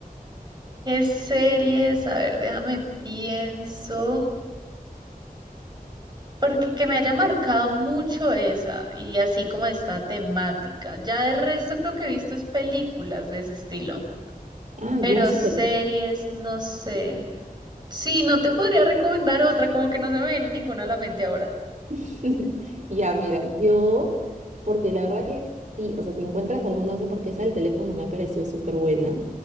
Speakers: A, on the right; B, on the right.
A: ¿Qué series? A ver, déjame pienso. Porque que me haya marcado mucho esa y así como esta temática. Ya de resto creo que he visto es películas de ese estilo.
B: Ah,
A: Pero
B: ya, súper.
A: series, no sé. Sí, no te podría recomendar otra, como que no se me viene ninguna a la mente ahora.
B: <laughs> Ya, mira, yo, porque la verdad que sí, o sea, si encuentras alguna, no sé por qué esa del teléfono me ha parecido súper buena.